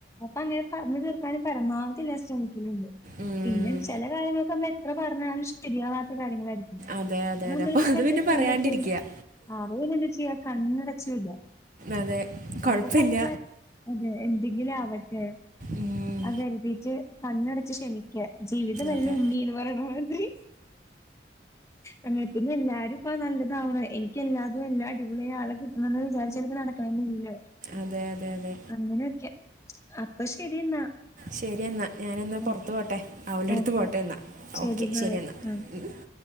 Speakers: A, on the left (about 15°); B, on the right (about 45°).
A: അപ്പ അങ്ങനെ പറഞ്ഞു തീർക്കാനും പരമാവധി ഞാൻ ശ്രമിക്ക്‌ന്ന്ണ്ട്
B: ഉം.
A: പിന്നെ ചെലേ കാര്യങ്ങൊക്കെ എത്ര പറഞ്ഞാലും ശരിയാവാത്ത കാര്യങ്ങളായിരിക്കും
B: അതെ
A: അപ്പൊ
B: അതെ
A: നമ്മൾക്കിപ്പ
B: അതെ അപ്പോൾ അത്
A: എന്താ
B: പിന്നെ
A: ചെയ്യുമ്പോത്തേ
B: പറയാണ്ടിരിക്കുക
A: അത് പിന്നെ എന്താ ചെയ്യാ കണ്ണടച്ച് വിടാ
B: അതെ കുഴപ്പമില്ല
A: അപ്പൊ <unintelligible> അതെ എന്തെങ്കിലും ആവട്ടെ
B: ഉം,
A: അതെര്തീറ്റ് കണ്ണടച്ച് ക്ഷമിക്കാ ജീവിതം എല്ലം
B: അതെ
A: ഉണ്ണീന്ന് പറീണ മാതിരി അങ്ങനെ പിന്നെ എല്ലാരും ഇപ്പ നല്ലതാവണം എനി ക്ക്‌ എല്ലാതും എല്ലാ അടിപൊളി ആളെ കിട്ടണന്ന് വിചാരിച്ചനിക്ക് നടക്കണെന്നുല്ല
B: അതെ അതെ അതെ
A: അങ്ങനെയൊക്കെ അപ്പ ശെരി എന്നാ
B: ശെരി എന്നാ ഞാനെന്നാ പൊർത്ത്
A: ഓക്കെ.
B: പോട്ടെ അവളെട്ത്ത്
A: ഓക്കെ.
B: പോട്ടെ എന്നാ
A: ശരി
B: ഓക്കെ
A: ബൈ.
B: ശെരി എന്നാ
A: ആ.
B: ഉം